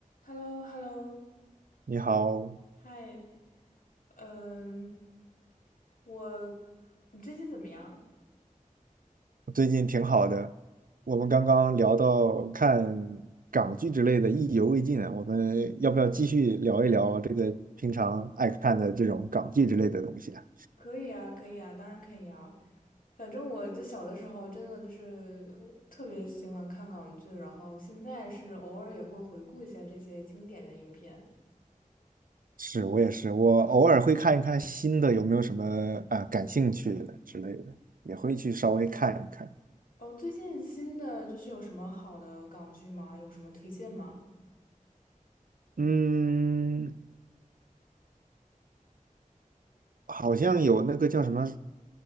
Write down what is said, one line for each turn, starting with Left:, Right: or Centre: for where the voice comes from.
Left: h e l l o h e l l o
Right: 你好，
Left: 嗨，嗯，我，你最近怎么样？
Right: 我最近挺好的。我们刚刚聊到看港剧之类的，意犹未尽啊。我们要不要继续聊一聊这个平常爱看的这种港剧之类的东西啊？
Left: 可以啊，可以啊，当然可以啊。反正我在小的时候真的就是特别喜欢看港剧，然后现在是偶尔也会回顾一下这些经典的影片。
Right: 是我也是，我偶尔会看一看新的，有没有什么啊、感兴趣的之类的，也会去稍微看一看。
Left: 哦，最近新的就是有什么好的港剧吗？有什么推荐吗？
Right: 嗯，好像有那个叫什么